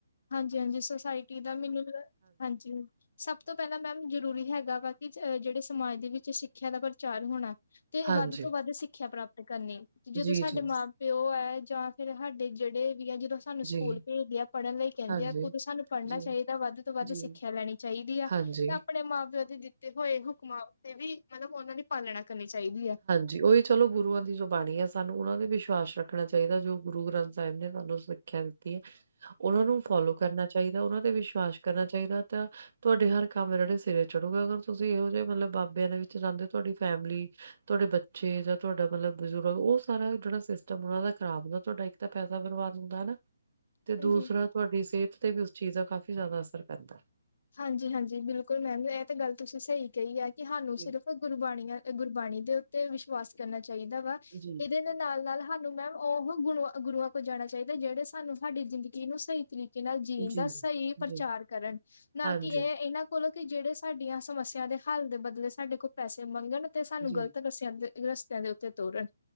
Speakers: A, on the left; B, on the right.
A: ਹਾਂਜੀ-ਹਾਂਜੀ, ਸੋਸਾਇਟੀ ਦਾ ਵੀ ਨੀ ਮਤਲਬ, ਹਾਂਜੀ ਸਭ ਤੋਂ ਪੈਲਾਂ ਮੈਮ ਜ਼ਰੂਰੀ ਹੈਗਾ ਵਾ ਕਿ ਜ-ਜੇੜੇ ਸਮਾਜ ਦੇ ਵਿੱਚ ਸਿੱਖਿਆ ਦਾ ਪ੍ਰਚਾਰ ਹੋਣਾ। ਤੇ
B: ਹਾਂਜੀ
A: ਵੱਧ ਤੋਂ ਵੱਧ ਸਿੱਖਿਆ ਪ੍ਰਾਪਤ ਕਰਨੀ, ਜਦੋਂ
B: ਜੀ
A: ਸਾਡੇ
B: ਜੀ
A: ਮਾਂ-ਪ ਪਿਓ ਐ ਜਾਂ ਫੇਰ ਹਾਡੇ ਜੇੜੇ ਵੀ ਐ ਜਦੋਂ ਸਾਨੂੰ ਸਕੂਲ
B: ਜੀ।
A: ਪੇਜਦੇ ਆ ਪੜ੍ਹਨ ਲਈ ਕੈਂਦੇ
B: ਹਾਂਜੀ।
A: ਆ ਕਿ਼ ਓਦੋਂ ਸਾਨੂੰ ਪੜ੍ਹਨਾ
B: ਜੀ,
A: ਚਾਇਦਾ, ਵੱਧ ਤੋਂ ਵੱਧ
B: ਜੀ।
A: ਸਿੱਖਿਆ ਲੈਣੀ ਚਾਇਦੀ ਆ
B: ਹਾਂਜੀ,
A: ਤਾਂ ਆਪਣੇ ਮਾਂ-ਪਿਓ ਦੇ ਦਿੱਤੇ ਹੋਏ ਹੁਕਮਾਂ ਉਤੇ ਵੀ ਮਲਬ ਓਨਾਂ ਦੀ ਪਾਲਣਾ ਕਰਨੀ ਚਾਈਦੀ ਐ।
B: ਜੀ ਓਈ ਚਲੋ ਗੁਰੂਆਂ ਦੀ ਜੋ ਬਾਣੀ ਐ, ਸਾਨੂੰ ਓਨਾਂ ਤੇ ਵਿਸ਼ਵਾਸ ਰੱਖਣਾ ਚਾਇਦਾ। ਜੋ ਗੁਰੂ ਗ੍ਰੰਥ ਸਾਹਿਬ ਨੇ ਸਾਨੂੰ ਸਿੱ ਖਿਆ ਦਿੱਤੀ ਐ, ਓਨਾਂ ਨੂੰ ਫੋਲੋ ਕਰਨਾ ਚਾਇਦਾ, ਓਨਾਂ ਤੇ ਵਿਸ਼ਵਾਸ ਕਰਨਾ ਚਾਹੀਦਾ, ਤਾਂ ਤੁਹਾ ਨੂੰਡੇ ਹਰ ਕੰਮ ਜੇੜੇ ਸਿਰੇ ਚੜੂਗਾ। ਅਗਰ ਤੁਸੀਂ ਇਹੋ ਜਿਹੇ ਮਲਬ ਬਾਬਿਆਂ ਦੇ ਵਿੱਚ ਜਾਂਦੇ ਔ, ਤੁਆਡੀ ਫੈਮਿਲੀ ਤੁਆਡੇ ਬੱਚੇ ਜਾਂ ਤੁਆਡਾ ਮਲਬ ਬਜ਼ੁਰਗ, ਓ ਸਾਰਾ ਜੇੜਾ ਸਿਸਟਮ ਓਨਾਂ ਦਾ ਖਰਾਬ ਹੁੰਦਾ ਤੁਹਾਡਾ ਇੱਕ ਤਾਂ ਫੈਦਾ ਕਰਵਾ ਦਿੰਦਾ ਨਾ
A: ਹਾਂਜੀ-ਹਾਂਜੀ।
B: ਤੇ ਦੂਸਰਾ ਤੁਆਡੀ ਸੇਤ ਤੇ ਵੀ ਓਸ ਚੀਜ਼ ਦਾ ਕਾਫ਼ੀ ਜਾਦਾ ਅਸਰ ਪੈਂਦਾ।
A: ਹਾਂਜੀ-ਹਾਂਜੀ ਬਿਲਕੁਲ ਮੈਮ, ਐ ਤੇ ਗੱਲ ਤੁਸੀਂ ਸਈ ਕਈ ਐ ਕਿ ਹਾਨੂੰ
B: ਜੀ,
A: ਸਿਰਫ ਗੁਰਬਾਣੀਆਂ ਅ-ਗੁਰਬਾਣੀ ਦੇ ਉੱਤੇ ਵਿਸ਼ਵਾਸ ਕਰਨਾ ਚਾਇਦਾ ਵਾ,
B: ਜੀ,
A: ਏਦੇ ਦੇ ਨਾਲ-ਨਾਲ ਹਾ ਨੂੰ ਮੈਮ ਓਹ ਗੁਣੁਆ-ਗੁਰੂਆਂ ਕੋਲ ਜਾਣਾ ਚਾਇਦਾ ਜੇੜੇ ਸਾਨੂੰ, ਸਾਡੀ ਜ਼ਿੰਦਗੀ ਨੂੰ ਸਈ ਤਰੀਕ ਕੇ ਨਾਲ ਜੀਣ
B: ਜੀ,
A: ਦਾ ਸਈ ਪ੍ਰਚਾਰ
B: ਜੀ।
A: ਕਰਨ, ਨਾ
B: ਹਾਂਜੀ।
A: ਕਿ ਏ ਏਨਾਂ ਕੋਲੋਂ ਕਿ ਜੇੜੇ ਸਾਡੀਆਂ ਸਮੱਸਿਆ ਦੇ ਹੱਲ ਦੇ ਬਦਲੇ ਸਾਡੇ ਕੋ ਪੈਸੇ ਮੰਗਣ ਤੇ ਸਾਨੂੰ
B: ਜੀ।
A: ਗ਼ਲਤ ਰਸਿਆਂ ਤੇ, ਰਸਤਿਆਂ ਦੇ ਉੱਤੇ ਤੋਰਨ।